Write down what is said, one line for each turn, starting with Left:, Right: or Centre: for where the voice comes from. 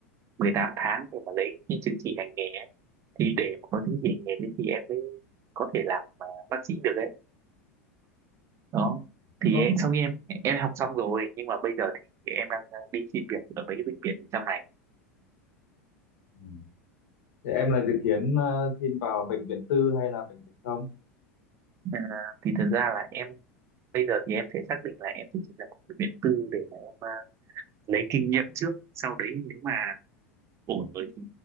Right: 18 tháng để mà lấy cái chứng chỉ hành nghề ấy. thì để mà có chứng chỉ hành nghề đấy thì em mới có thể làm à, bác sĩ được ấy đó thì
Left: Ơ,
Right: em, sau khi em em học xong rồi nhưng mà bây giờ thì em đang à, đi xin việc ở mấy cái bệnh viện trong này
Left: Ừ. thế em là dự kiến ờ, xin vào bệnh viện tư hay là bệnh viện công?
Right: Ờ, thì thật ra là em bây giờ thì em sẽ xác định là em sẽ xin vào một bệnh viện tư để mà em à, lấy kinh nghiệm trước sau đấy nếu mà ổn với thì